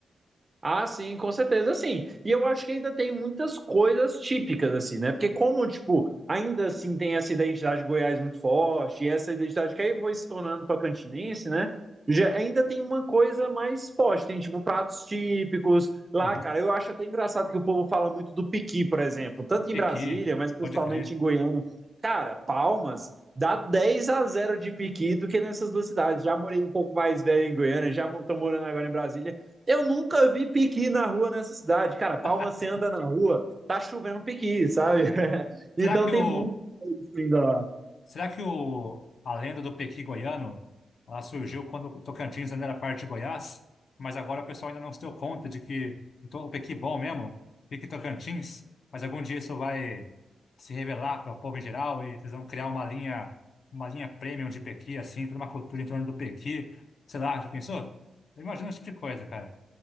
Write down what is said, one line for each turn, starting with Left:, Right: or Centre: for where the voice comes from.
Right: Ah, sim, com certeza, sim. E eu acho que ainda tem muitas coisas típicas, assim, né? Porque como, tipo, ainda assim tem essa identidade de Goiás muito forte, e essa identidade que aí foi se tornando pacantinense, né? Já, ainda tem uma coisa mais forte, tem, tipo, pratos típicos lá,
Left: Uhum.
Right: cara. Eu acho até engraçado que o povo fala muito do piqui, por exemplo, tanto em
Left: Pequi,
Right: Brasília, mas principalmente
Left: pode crer.
Right: em Goiânia. Cara, Palmas dá 10 a zero de piqui do que nessas duas cidades. Já morei um pouco mais velho em Goiânia, já estou morando agora em Brasília. Eu nunca vi piqui na rua nessa cidade. Cara, Palma,
Left: <laughs>
Right: você anda na rua, tá chovendo piqui, sabe? <laughs> Então
Left: Será que
Right: tem
Left: o
Right: muito isso ainda lá.
Left: Será que o, a lenda do Pequi goiano, ela surgiu quando o Tocantins ainda era parte de Goiás, mas agora o pessoal ainda não se deu conta de que então, o Pequi bom mesmo, Pequi Tocantins, mas algum dia isso vai se revelar para o povo em geral e vocês vão criar uma linha, uma linha premium de Pequi, assim, toda uma cultura em torno do Pequi, sei lá, já pensou? Eu imagino esse tipo de coisa, cara.